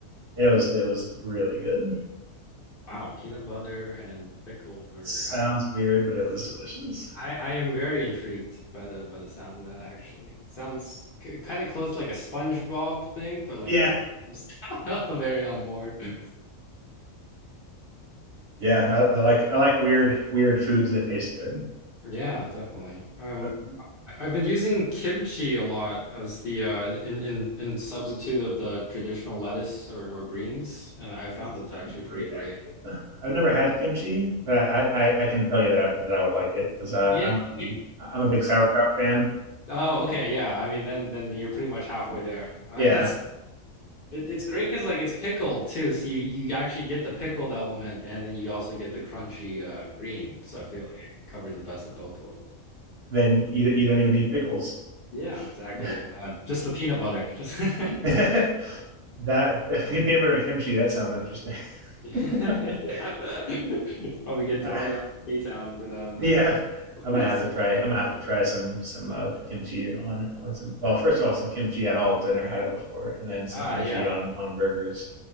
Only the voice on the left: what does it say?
Wow, peanut butter and pickle burger.
I
I I am very intrigued by the by the sound of that actually. Sounds kind of close to like a SpongeBob thing, but like
I'm, I'm <laughs> very on board.
Yeah, definitely. Um,
I- I've been using kimchi a lot as the uh in in in substitute of the traditional lettuce or, or greens, and I found
that's
actually pretty
great.
Yeah,
ye-
Oh, okay. Yeah. I mean, then then you're pretty much halfway there. Uh,
<laughs> it's it, it's great because like it's pickled too, so you you actually get the pickled element, and then you also get the crunchy uh green. So I feel like it covers the best of both worlds.
Yeah, exactly. Uh, just the peanut butter. Just. <laughs>
<laughs> Yeah.
<laughs> Probably get
thrown out of K-Town for that.
Like,
<laughs>
ah,
yeah.